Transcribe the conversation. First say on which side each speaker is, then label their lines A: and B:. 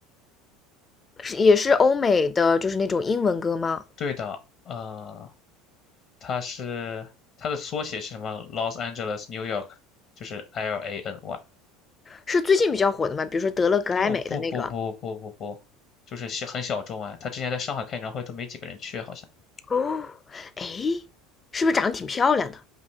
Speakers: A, on the left; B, on the left.
A: 是也是欧美的，就是那种英文歌吗？
B: 对的，呃，它是它的缩写是什么？Los Angeles New York，就是 L A N Y。
A: 是最近比较火的吗？比如说得了格莱美的那个
B: 不不不不不不不，就是小很小众哎。他之前在上海开演唱会都没几个人去，好像
A: 哦，哎，是不是长得挺漂亮的？